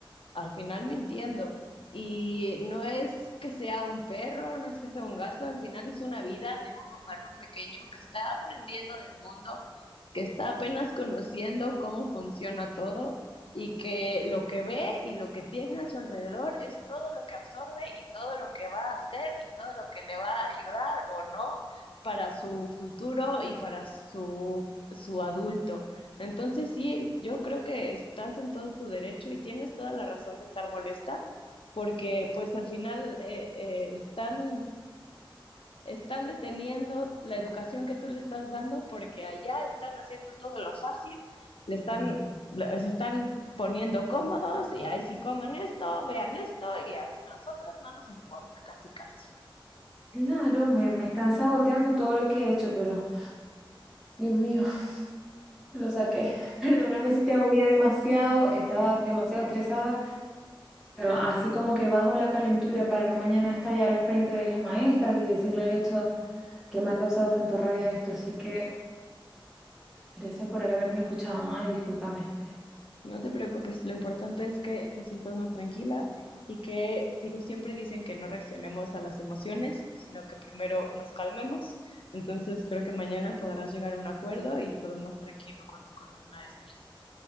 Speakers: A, on the left; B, in the centre.
A: al final mintiendo. Y no es que sea un perro, no es que sea un gato, al final es una vida de un humano pequeño que está aprendiendo del mundo, que está apenas conociendo cómo funciona todo y que lo que ve y lo que tiene a su alrededor es todo lo que absorbe y todo lo que va a hacer y todo lo que le va a ayudar o no para su futuro y para su, su adulto. Entonces sí, yo creo que estás en todo tu derecho y tienes toda la razón de estar molesta, porque pues al final eh, eh, están, están deteniendo la educación que tú le estás dando porque allá están haciendo todo lo fácil, le están,
B: Mm.
A: le- se están poniendo cómodos y ahí si comen esto, vean esto y a nosotros no nos importa, casi casi.
B: Claro, me, me están saboteando todo lo que he hecho, pero Dios mío, lo saqué. <laughs> Perdóname si te agobié demasiado, estaba demasiado estresada. Bueno, así como que bajo la calentura para no mañana estallar al frente de las maestras y decirle el hecho que me ha causado tanta rabia esto. Así que gracias por haberme escuchado. Ay, discúlpame.
A: No te preocupes, lo importante es que te sientas más tranquila y que, digo, siempre dicen que no reaccionemos a las emociones, sino que primero nos calmemos. Entonces creo que mañana podrás llegar a un acuerdo y todo más tranquilo con, con las maestras.